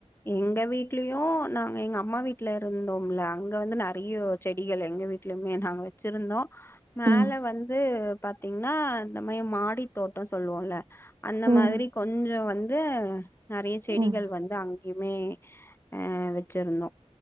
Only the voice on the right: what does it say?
ம்
ம்
ம்